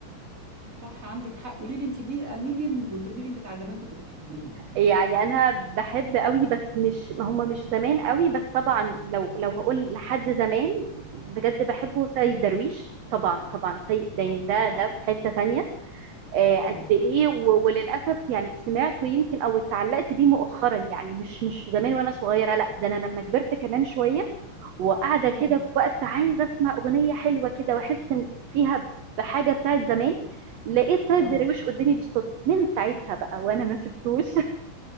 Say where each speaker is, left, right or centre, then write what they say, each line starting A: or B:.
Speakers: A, on the right; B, on the right.
A: صح عندك حق قولي لي انت مين مين مين من المطربين بتاع زمان كنت بتحبيهم
B: يعني انا بحب قوي بس مش هم مش زمان قوي بس طبعا لو لو هقول لحد زمان بجد بحبه سيد درويش طبعا طبعا سيد ده يعني ده
A: طبعا
B: ده في حتة تانية آه،
A: اه
B: قد ايه و- وللاسف يعني سمعته يمكن او اتعلقت بيه مؤخرا يعني مش مش زمان وانا صغيرة لا ده انا لما كبرت كمان شوية وقاعدة كده
A: اه
B: في وقت عايزة اسمع اغنية حلوة كده واحس إن فيها بحاجة بتاعت زمان لقيت سيد
A: اه
B: درويش قدامي بالصدفة من ساعتها بقى وانا ما سبتوش